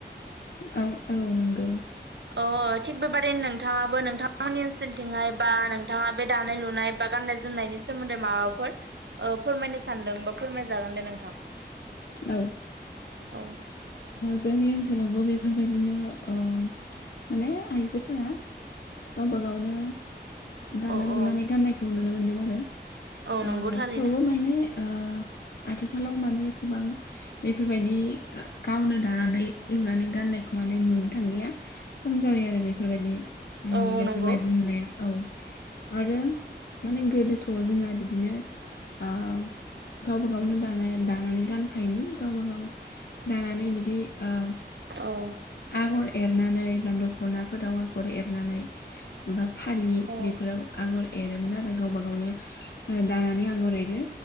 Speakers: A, on the left; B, on the right.
A: औ औ नंगौ।
B: ओ थिग बेबादिनो नोंथाङाबो नोंथांनि ओनसोलथिंहाय बा नोंथाङा बे दानाय लुनाय बा गाननाय जोमनायनि सोमोन्दै माबाफोर ओ फोरमायनो सानदों बा फोरमायजागोन दे नोंथां।
A: औ‌।
B: औ
A: जोंनि ओनसोलावबो बेफोरबायदिनो ओ, माने आइजोफोरा गावबा गावनो दाना
B: औ
A: लुनानै
B: औ
A: गाननायखौ नुनो मोनदों आरो।
B: औ नंगौ
A: ओ
B: थारैनो
A: थेवबो माने ओ आथिखालाव माने एसेबां बेफोरबायदि गावनो दानानै लुनानै गाननायखौ माने नुनो थांलिया‌। खम जाबाय आरो बेफोरबायदि उम
B: औ औ
A: बेफोरबायदि
B: नंगौ
A: नुनाया औ। आरो माने गोदोथ' जोंना बिदिनो आ गावबा गावनो दानाय दानानै गान थायोमोन गावबा गाव दानानै बिदि ओ
B: औ।
A: आगर एरनानै बा दख'नाफोराव आगर एरनानै बा फालि।
B: औ
A: बेफोराव आगर एरोमोन आरो गावबा गावनो दानानै आगर एरो।